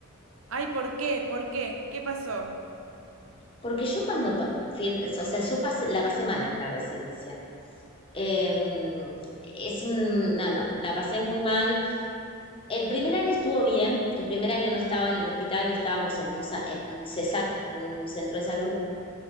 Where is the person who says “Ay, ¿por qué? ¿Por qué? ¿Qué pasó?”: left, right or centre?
Right